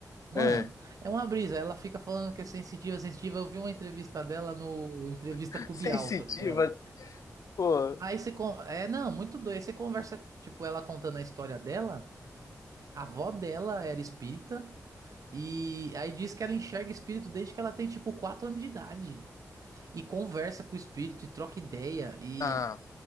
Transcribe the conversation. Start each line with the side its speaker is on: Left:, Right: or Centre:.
Right: Mano,
Left: É.
Right: é uma brisa. Ela fica falando que é sensitiva, sensitiva. Eu vi uma entrevista dela no Entrevista
Left: <laughs>
Right: com
Left: Sensitiva,
Right: o Bial, tá ligado?
Left: assim, pô.
Right: Aí você. con- É, não, muito doido. Aí você conversa, tipo, ela contando a história dela. A avó dela era espírita. E aí diz que ela enxerga espírito desde que ela tem, tipo, 4 anos de idade. E conversa com o espírito e troca ideia. E,
Left: Ah,